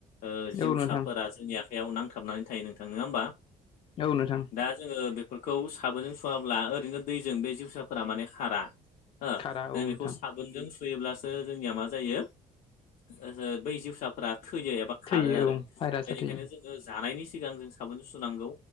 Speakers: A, on the left (about 70°); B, on the left (about 40°).
A: ओ जिउसाफोरा
B: औ नोंथां
A: जोंनि आखाइयाव नांथाबनानै थायो नोंथांङा होमबा?
B: औ नोंथां।
A: दा जोङो बेफोरखौ साबोनजों सुवाल्बा ओरैनो दैजों बे जिउसाफोरा माने खारा हो
B: खारा औ
A: जों बेखौ
B: नोंथां
A: सा बोनजों सुयोब्लासो जोंनिया मा जायो ओ बै जिउसाफोरा थैयो एबा खारो
B: थैयो
A: आरो
B: औ भाइरासाआ
A: बेनिखायनो
B: थैयो।
A: जोङो जानायनि सिगां जों साबोनजों सुनांगौ